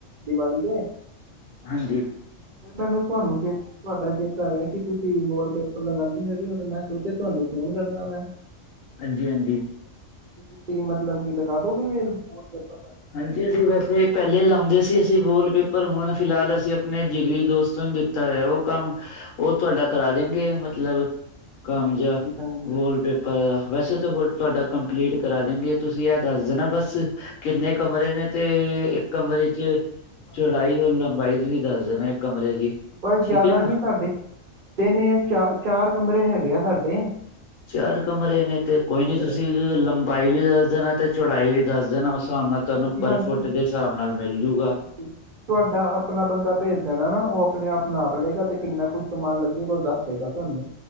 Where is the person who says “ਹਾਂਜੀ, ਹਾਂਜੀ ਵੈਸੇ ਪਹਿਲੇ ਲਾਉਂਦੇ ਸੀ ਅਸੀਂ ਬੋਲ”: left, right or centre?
Left